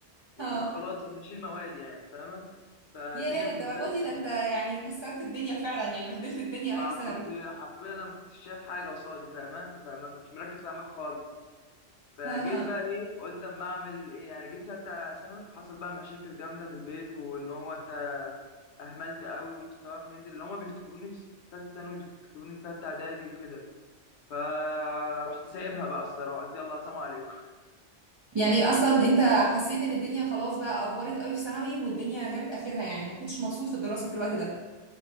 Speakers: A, on the left (about 70°); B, on the right (about 45°).
A: وكنت
B: اه
A: خلاص بقى هشيل مواد يعني فاهمة فالدنيا
B: يا
A: بالنسبة
B: للدرجه
A: لي
B: دي ده انت يعني كسرت الدنيا فعلا يعني بهدلت الدنيا
A: ما
B: قوي في ثانوي
A: كنت حرفيا انا ما كنتش شايف حاجه قصادي فاهمه فما كنتش مركز في أي حاجه خالص فجيت
B: <laughs> ها ها.
A: بقى ايه قلت اما اعمل ايه يعني جيت ثالثه ثانوي حصل بقى مشاكل جامده في البيت وان هو انت اهملت قوي ومستواك نزل اللي هما بيفتكروني في ثالثه ثانوي بيفتكروني في ثالثه اعدادي وكده فرحت سايبها بقى الصراحه قلت يلا سلام عليكم
B: يعني اصلا انت حسيت ان الدنيا خلاص بقى افورت قوي في ثانوي والدنيا جابت اخرها يعني ما كنتش مبسوط في الدراسه في الوقت ده